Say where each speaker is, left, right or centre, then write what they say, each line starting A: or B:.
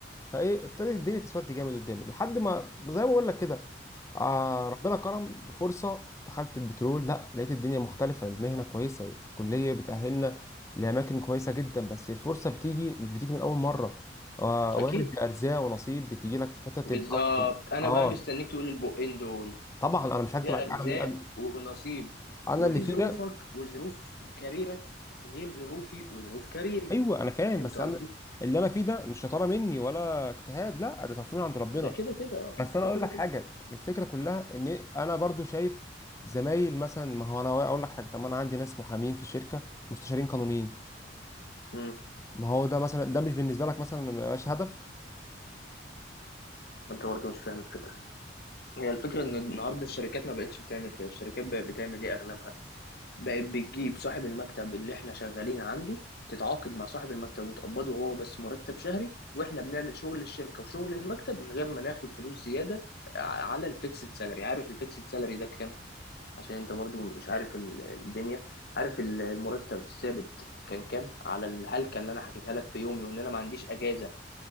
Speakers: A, on the left; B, on the left.
A: فايه ابتدت الدنيا تسود جامد قدامي لحد ما زي ما بقول لك كده آه
B: م-
A: ربنا كرم بفرصة دخلت البترول لا لقيت الدنيا مختلفة المهنة كويسة الكلية بتأهلنا لأماكن كويسة جدا بس الفرصة بتيجي مش بتيجي من أول مرة آه
B: اكيد
A: وارد بأرزاق ونصيب بتيجي لك في حتة
B: بالظبط
A: أنت أصلا
B: انا
A: آه
B: بقى مستنيك تقول البقين دول
A: طبعا أنا مش
B: دي
A: هكتب
B: ارزاق
A: عليك أنا
B: ونصيب
A: أنا
B: ودي
A: اللي فيه
B: ظروفك
A: ده
B: وظروف كاريرك غير ظروفي وظروف كاريري
A: ايوه انا فاهم
B: فهمت
A: بس
B: قصدي
A: انا اللي انا فيه ده مش شطاره مني ولا اجتهاد لا ده تصميم عند ربنا
B: ده كده كده اه
A: بس انا
B: ده
A: اقول
B: كده
A: لك
B: كده
A: حاجه الفكره كلها ان انا برضو شايف زمايل مثلا ما هو انا اقول لك حاجه طب ما انا عندي ناس محامين في الشركه مستشارين قانونيين
B: امم
A: ما هو ده مثلا ده مش بالنسبه لك مثلا ما يبقاش هدف
B: انت برضه مش فاهم الفكره هي الفكره ان النهارده الشركات ما بقتش بتعمل كده الشركات بقت بتعمل ايه اغلبها بقت بتجيب صاحب المكتب اللي احنا شغالين عنده تتعاقد مع صاحب المكتب وتقبضه هو بس مرتب شهري واحنا بنعمل شغل الشركة وشغل المكتب من غير ما ناخد فلوس زيادة ع- على الفيكسد سالري عارف الفيكسد سالري ده كام عشان انت برضو مش عارف ال- الدنيا عارف ال- المرتب الثابت كان كام على الهلكة اللي انا حكيتها لك في يومي وان انا ما عنديش اجازة